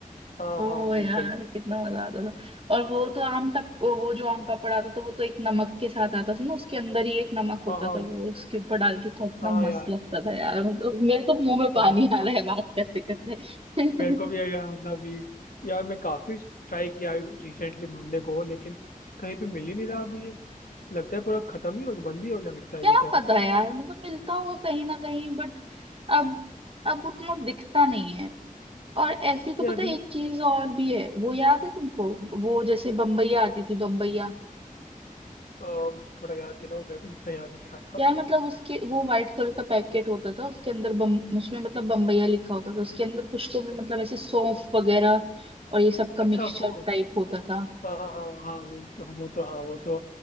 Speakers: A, on the left; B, on the right.
A: हाँ
B: ओ
A: हाँ बिल्कुल
B: यार कितना मजा आता था और वो तो आम टप वो जो आम पापड़ आता था वो तो एक नमक के साथ आता था ना उसके अंदर ही एक नमक होता
A: हाँ हाँ
B: था वो उसके ऊपर डाल के खाओ इतना
A: हाँ यार
B: मस्त लगता था यार मतलब मेरे तो मुंह में पानी
A: हाँ
B: आ रहा है बात करते करते
A: मेरे को भी
B: <laughs>
A: यार मतलब ये यार मैं काफी ट्राई किया रिसेंटली ढूंढने को लेकिन कहीं पे मिल ही नहीं रहा अभी ये लगता है पूरा खत्म ही हो गया बंद ही हो गया लगता है
B: क्या
A: ये सब
B: पता यार मतलब मिलता होगा कहीं ना कहीं बट अब अब उतना दिखता नहीं है और ऐसी तो
A: यार
B: पता
A: अभी
B: है एक चीज और भी है वो याद है तुमको वो जैसे बम्बैया आती थी बम्बैया
A: अम, थोड़ा याद दिलाओ मेरे को इतना याद नहीं आ रहा
B: यार मतलब उसके वो व्हाइट कलर का पैकेट होता था उसके अंदर बम उसमें मतलब बम्बैया लिखा होता था उसके अंदर कुछ तो भी मतलब ऐसे सौंफ वगैरह और ये सब का
A: अच्छा
B: मिक्सचर
A: वो
B: टाइप होता था
A: हाँ हाँ हाँ हाँ वो वो तो हाँ वो तो